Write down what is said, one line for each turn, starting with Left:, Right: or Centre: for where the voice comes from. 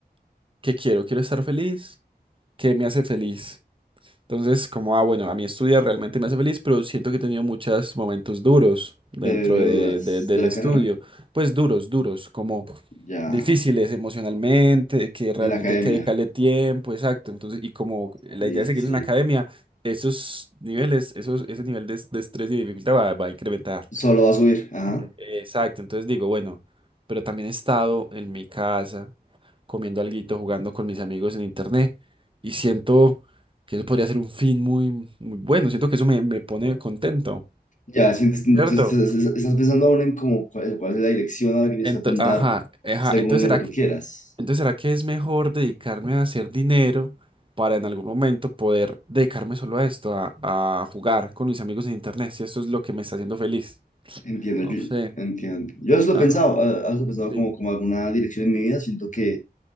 Right: ¿qué quiero? Quiero estar feliz. ¿Qué me hace feliz? Entonces, como, ah, bueno, a mí estudiar realmente me hace feliz, pero siento que he tenido muchos momentos duros dentro
Left: De, de
Right: de,
Left: dudas
Right: de- del
Left: de la
Right: estudio.
Left: carrera,
Right: Pues duros, duros, como
Left: ya
Right: difíciles emocionalmente, que realmente
Left: en la academia.
Right: hay que dedicarle tiempo, exacto. Entonces, y como la
Left: Sí,
Right: idea de
Left: sí,
Right: seguir
Left: sí.
Right: en la academia, esos niveles, esos, ese nivel de, de estrés y de dificultad va, va a incrementar.
Left: Solo va a subir, ajá.
Right: Sí. Exacto. Entonces digo, bueno, pero también he estado en mi casa comiendo alguito, jugando con mis amigos en internet. Y siento que eso podría ser un fin muy, muy bueno. Siento que eso me, me pone contento.
Left: Ya, sientes, entonces
Right: ¿Cierto?
Left: estás estás- estás pensando aún en cómo, cuál, es cuál es la dirección a la que tienes
Right: Ento-
Left: que apuntar
Right: ajá, ajá.
Left: según
Right: Entonces,
Left: lo
Right: ¿será
Left: que tú
Right: que,
Left: quieras.
Right: entonces, ¿será que es mejor dedicarme a hacer dinero para en algún momento poder dedicarme solo a esto, a, a jugar con mis amigos en internet? Si esto es lo que me está haciendo feliz.
Left: Entiendo,
Right: No
Left: yo,
Right: sé.
Left: entiendo. Yo eso lo
Right: Ajá.
Left: he pensado, eh, eso lo he pensado
Right: Sí.
Left: como, como alguna dirección en mi vida. Siento que